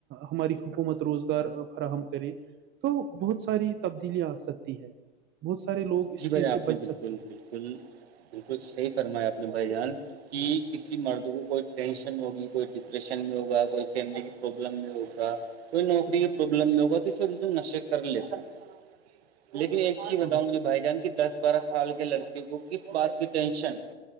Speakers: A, on the right; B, on the right.
A: ہماری حکومت روزگار فراہم کرے تو بہت ساری تبدیلیاں آ سکتی ہے بہت سارے لوگ اس
B: جی
A: چیز
B: بھائی جان، آپ
A: سے
B: نے
A: بچ
B: بالکل
A: سکتے ہیں
B: بالکل بالکل صحیح فرمایا آپ نے بھائی جان کہ کسی مرد کو کوئی ٹینشن ہوگی کوئی ڈپریشن میں ہوگا کوئی فیملی کی پرابلم میں ہوگا کوئی نوکری کی پرابلم نہیں ہوگا تو اس و میں نشے کر لیتا ہے لیکن ایک اچی بتاؤں
A: ہاں
B: مجھے بھائی جان کی دس بارہ سال کے لڑکیوں کو کس بات کی ٹینشن